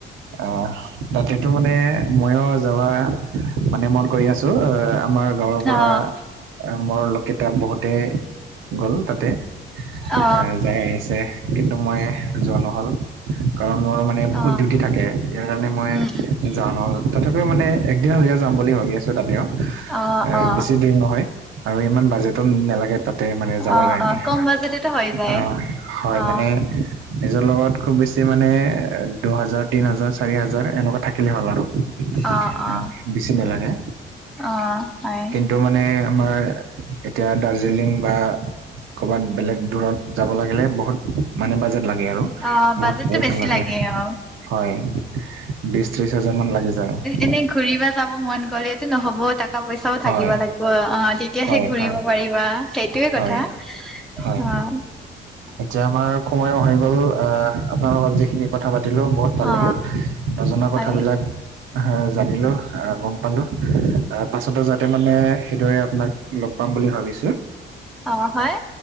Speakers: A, on the right (about 85°); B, in the centre.
A: অ'। তাতটো মানে মইও যাবা মানে মন কৰি আছো অ আমাৰ গাঁৱৰ
B: অ
A: পৰা মোৰ লগকেইটা বহুতে গ'ল তাতে।
B: অ
A: আহ যাই আহিছে। কিন্তু মই যোৱা নহ'ল কাৰণ মোৰ মানে নে বহুত
B: অ
A: ডিউটি থাকে, ইয়াৰ কাৰণে মই
B: উম উম
A: যাব নোৱাৰো। তথাপিও মানে একদিন হ'লেও যাম বুলি ভাবি আছোঁ তাতেও,
B: অ
A: এ
B: অ
A: বেছি দূৰ নহয়। আৰু ইমান বাজেটো নালাগে। তাতে মানে যাবৰ
B: অ
A: কাৰণে,
B: অ কম বাজেটতে হৈ যায়
A: আহ হয়
B: অ
A: মানে নিজৰ লগত খুব বেছি মানে, দুহাজাৰ, তিন হাজাৰ, চাৰি হাজাৰ এনেকুৱা থাক কিলে হ'ল আৰু,
B: অ অ
A: আহ বেছি নালাগে।
B: অ হয়
A: কিন্তু মা নে আমাৰ এতিয়া দাৰ্জিলিং বা ক'ৰবাত বেলেগ দূৰত যাব লাগিলে, বহুত মানে বাজেট লাগে আৰু।
B: অ
A: বহুত
B: বাজেটটো
A: পইচা
B: বেছি
A: লাগে,
B: অ
A: হয়, বিশ, ত্ৰিশ হাজাৰ মান লাগি যায়।
B: এনেই ঘূৰিব যাব মন গ'লেতো নহ'ব, টকা-পইচাও
A: হয়
B: থাকিব লাগিব, অ', তেতি তেতিয়াহে
A: হয়
B: ঘূৰিব
A: হয়
B: পাৰিবা সেইটোয়ে
A: হয়
B: কথা,
A: হয়
B: অ',।
A: এতিয়া আমাৰ সময়ো হৈ গ'ল, আহ আপোনাৰ লগত যিখিনি কথা পাতিলো বহুত ভাল
B: অ
A: লাগিল। নজনা
B: হয়
A: কথাবিলাক জানিলোঁ, গম পালোঁ। অ', পাছতো যাতে মানে, সেইদৰে আপোনাক লগ পাম বুলি ভাবিছোঁ।
B: অ', হয়,